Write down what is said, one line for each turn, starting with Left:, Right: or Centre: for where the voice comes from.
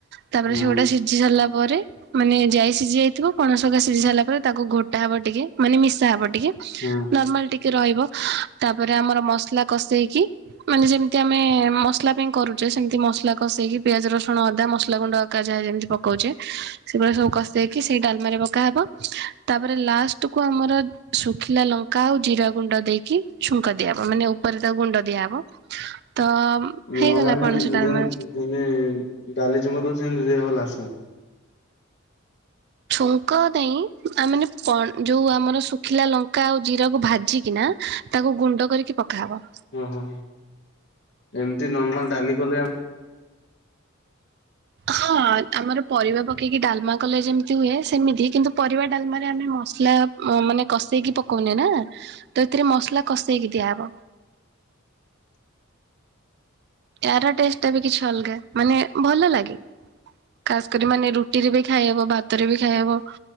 Right: ତାପରେ
Left: ହୁଁ
Right: ସେଗୁଡା ସିଝି ସାରିଲା ପରେ ମାନେ ଯାଇ ସିଝି ଯାଇଥିବ ପଣସକା ସିଝି ସାରା ପରେ ତାକୁ ଘୋଟା ହବ ଟିକେ ମାନେ ମିଶା ହବ ଟିକେ
Left: ହୁଁ।
Right: ନର୍ମାଲ ଟିକେ ରହିବ ତାପରେ ଆମର ମସଲା କଷେଇକି ମାନେ ଯେମିତି ଆମେ ମସଲା ପାଇଁ କରୁଛେ ସେମିତି ମସଲା କଷେଇକି ପିଆଜ ରସୁଣ ଅଦା ମସଲା ଗୁଣ୍ଡ ଯାହା ଯେମିତି ପକଉଛ ସେଗୁଡା ସବୁ କଷେଇକି ସେଇ ଡାଲମାରେ ପକା ହେବ ତାପରେ ଲାଷ୍ଟ କୁ ଆମର ଶୁଖିଲା ଲଙ୍କା ଲଙ୍କା ଆଉ ଜିରା ଗୁଣ୍ଡ ଦେଇକି ଛୁଙ୍କା ଦିଆହବ ମାନେ ଉପରେ ତାକୁ ଗୁଣ୍ଡ ଦିଆହେବ ତ ହେଇଗଲା
Left: ନର୍ମାଲି
Right: ପଣସ ଡାଲମା।
Left: ଯେମିତି ଡାଲି ଛୁଙ୍କ ଦଉଛ ସେମିତି <inaudible>
Right: ଛୁଙ୍କ ନାଇଁ ଆ ମାନେ ଯୋଉଁ ଆମର ଶୁଖିଲା ଲଙ୍କା ଆଉ ଜିରାକୁ ଭାଜିକିନା ତାକୁ ଗୁଣ୍ଡ କରିକି ପକାହବ।
Left: ହ ଏମିତି ନର୍ମାଲ ଡାଲି କଲେ
Right: ହଁ ଆମର ପରିବା ପକେଇକି ଡାଲମା କଲେ ଯେମିତି ହୁଏ ସେମିତି କିନ୍ତୁ ପରିବା ଡାଲମାରେ ଆମେ ମସଲା ମୋ ମାନେ କଷେଇକି ପକଉନେ ନା। ତ ଏଥିରେ ମସଲା କଷେଇକି ଦିଆହବ। ଆର ଟେଷ୍ଟ ଟା ବି କିଛି ଅଲଗା। ମାନେ ଭଲ ଲାଗେ। ଖାସ୍ କରି ମାନେ ରୁଟିରେ ବି ଖାଇହବ। ଭାତରେ ବି ଖାଇହବ।